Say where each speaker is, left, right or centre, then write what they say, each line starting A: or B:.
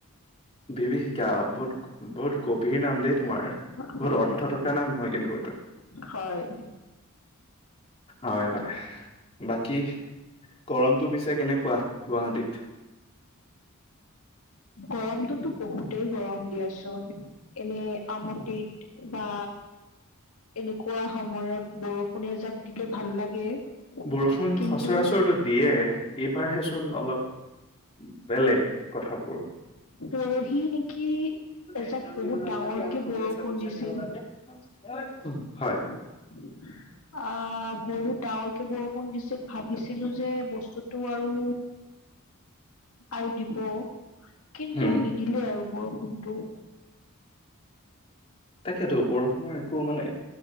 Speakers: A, on the left (about 25°); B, on the left (about 75°).
A: ভিভিশিকা বহুত বহুত গভীৰ নাম দে। তোমাৰ
B: হয়
A: বহুত অৰ্থ থকা নাম হয় কিন্তু এইটো।
B: হয়
A: হয় হয়। বাকী গৰমটো পিছে কেনেকুৱা গুৱাহাটীত?
B: গৰমটোতো বহুতেই গৰম দিয়াচোন এনে আমটিত বা এনেকুৱা সময়ত বৰষুণ এজাক দিলে ভাল লাগে।
A: বৰষুণ
B: কিন্তু
A: সচৰাচৰটো দিয়ে এইবাৰহেচোন অলপ বেলেগ। কথাপোৰ।
B: ৰহি নেকি? এজাক
A: এক্সাম
B: বহুত
A: দিব যাব
B: ডাঙৰকে
A: লাগে আৰু প্ৰজেক্ট
B: বৰষুণ
A: সৱমেচন
B: দিছিল
A: দিব লাগে হয়
B: অ বহুত ডাঙৰকে বৰষুণ দিছিল ভাবিছিলো যে বস্তুতটো আৰু আৰু দিব। কিন্তু
A: উম।
B: নিদিলে আৰু বৰষুণটো।
A: তাকেতো বৰষুণৰ একো মানে